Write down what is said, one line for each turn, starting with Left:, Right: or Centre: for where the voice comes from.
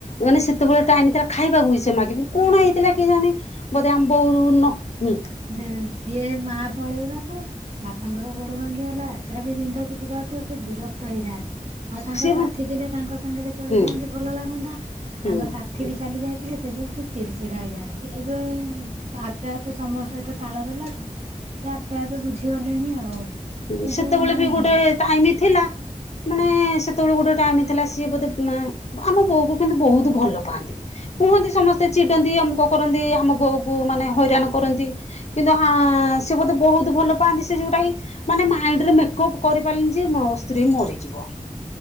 Left: ମାନେ ସେତେବେଳେ ଟାଇମ୍ ତା ଖାଇବାକୁବି ସେ ମାଗିବି କଣ ଏ ଥିଲା କେଜାଣି ବୋଧେ ଆମ ବୋଉ ନ ହୁଁ
Right: ଦିନ ସିଏ ମା ପଳେଇବାକୁ ବାପାଙ୍କର ଗୋଡ ଭାଙ୍ଗି ଗଲା ସେରା ବି ବିନ୍ଧା ଛିଟିକା ହଉଥିବ ସେ ବିରକ୍ତ ହେଇଯାଆନ୍ତି। ହଁ ତାଙ୍କ
Left: ସିଏ
Right: ସାଥି ଥିଲେ ତାଙ୍କ ସାଙ୍ଗରେ ଚଳିଯାଆନ୍ତେ
Left: ହୁଁ
Right: ଭଲ ଲାଗନ୍ତା।
Left: ହୁଁ
Right: ତାଙ୍କ ସା ଥିବି ଚାଲି ଯାଇଥିଲେ ସେ ଯେଉଁ ସେ ଚିଡି ଚିଡା ହୋଇଯାଆନ୍ତି। ଏବେ ଆପେ ଆପେ ସମୟ ସହିତ ତାଳ ଦେଲାଠୁ ସେ ଆପେ ଆପେ ତ ବୁଝିଗଲେଣି ଆଉ।
Left: ହୁଁ
Right: କିନ୍ତୁ
Left: ସେତେବେଳେ
Right: ନାଇଁ
Left: ବି ଗୋଟେ ଟାଇମ ଥିଲା। ମାନେ ସେତେବେଳେ ଗୋଟେ ଟାଇମ ଥିଲା ସିଏ ବୋଧେ ଆମ ବୋଉ କୁ କିନ୍ତୁ ବହୁତ ଭଲ ପାଆନ୍ତି। କୁହନ୍ତି ସମସ୍ତେ ଚିଡନ୍ତି ଅମୁକ କରନ୍ତି ଆମ ବୋଉ କୁ ମାନେ ହଇରାଣ କରନ୍ତି। କିନ୍ତୁ ଆଁ ସେ ବୋଧେ ବହୁତ ଭଲ ପାଆନ୍ତି ସେ ଯୋଉଟା କି ମାନେ ମାଇଣ୍ଡ ରେ ମେକଅପ୍ କରିପାରିଲେନି ଯେ ମୋ ସ୍ତ୍ରୀ ମରିଯିବ।